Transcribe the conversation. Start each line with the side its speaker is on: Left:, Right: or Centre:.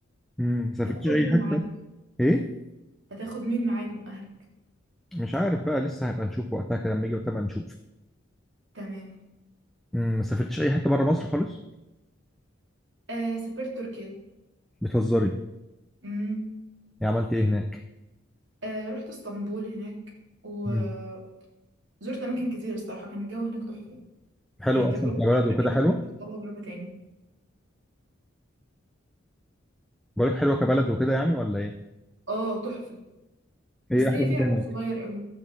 Centre: امم ما سافرتيش
Right: هتاخد
Centre: اي
Right: مين
Centre: حته
Right: معاك
Centre: ايه
Right: هتاخد مين معاك من اهلك
Centre: مش عارف بقى لسه هيبقى نشوف وقتها كده لما يجي وقتها بقى نشوف
Right: تمام
Centre: مم، ما سافرتيش اي حته بره مصر خالص
Right: آه سافرت تركيا
Centre: بتهزري
Right: مم.
Centre: يعني عملتي ايه هناك
Right: آه، رحت اسطنبول هناك وزرت
Centre: مم،
Right: اماكن كتير الصراحه كان الجو هناك تحفه
Centre: حلو
Right: يعني تجربه
Centre: اصلا كبلد وكده
Right: اكيد
Centre: حلو
Right: هتطلع تجربه تاني
Centre: بقولك حلوه كبلد وكده يعني ولا ايه
Right: اه تحفه بس
Centre: ايه احلى
Right: هي فيها
Centre: حاجه هناك
Right: عيب صغير قوي